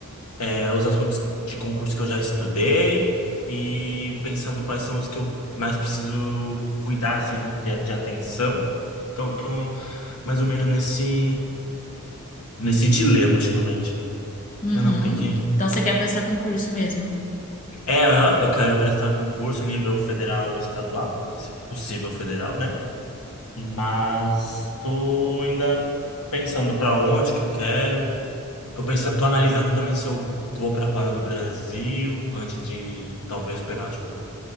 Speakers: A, on the left (about 80°); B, on the left (about 35°).
A: é, os assuntos de concurso que eu já estudei e pensando quais são os que eu mais preciso cuidar, assim, né? De, de atenção. Então, eu tô mais ou menos nesse. nesse dilema ultimamente.
B: Uhum.
A: Eu não tem que.
B: Então você quer prestar concurso mesmo?
A: É, ah, eu quero prestar concurso a nível federal e estadual, se possível federal, né? Mas tô ainda pensando para onde que eu quero. Tô pensando, tô analisando também se eu vou para fora do Brasil antes de talvez pegar tipo